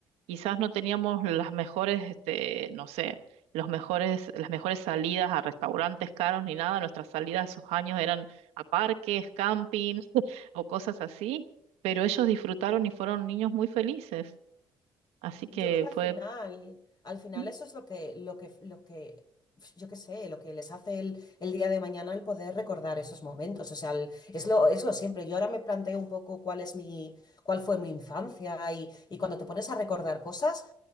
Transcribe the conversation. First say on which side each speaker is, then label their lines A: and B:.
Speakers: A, on the right; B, on the left.
A: Quizás no teníamos las mejores, este, no sé, los mejores, las mejores salidas a restaurantes caros ni nada. Nuestras salidas esos años eran a parques, camping <laughs> o cosas así. Pero ellos disfrutaron y fueron niños muy felices. Así que
B: Yo creo que al
A: fue
B: final, al final
A: mm,
B: eso es lo que, lo que, lo que, yo qué sé, lo que les hace el, el día de mañana el poder recordar esos momentos. O sea, el- es lo, es lo siempre. Yo ahora me planteo un poco cuál es mi, cuál fue mi infancia y, y cuando te pones a recordar cosas,